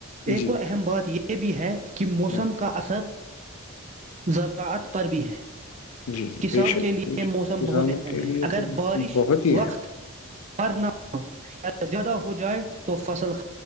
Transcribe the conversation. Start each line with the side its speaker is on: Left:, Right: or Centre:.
Right: ایک
Left: جی
Right: اور اہم بات یہ بھی ہے کہ موسم
Left: ہاں،
Right: کا اثر زرا عات پر بھی ہے
Left: جی جی
Right: کسان
Left: بے شک
Right: کے لیے
Left: بے شک
Right: موسم
Left: کسانوں
Right: بہت اہم
Left: کے
Right: ہے
Left: لیے
Right: اگر
Left: تو
Right: بارش
Left: بہت ہی اہم
Right: وقت پر نہ ہو زیادہ ہو جائے تو فصل کا